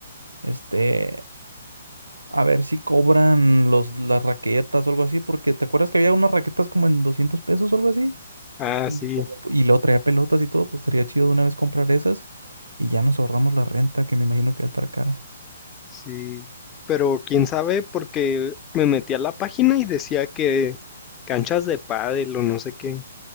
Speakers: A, on the right; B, on the left.
A: Este. A ver si cobran los, las raquetas o algo así. Porque ¿te acuerdas que había unas raquetas como en 200 pesos o algo así?
B: Ah,
A: Como,
B: sí,
A: como- y luego traía pelotas y todo. Pues estaría chido de una vez comprar esas. Y ya nos ahorramos la renta, que me imagino que va a estar caro.
B: sí. Pero quién sabe porque me metí a la página y decía que canchas de pádel o no sé qué.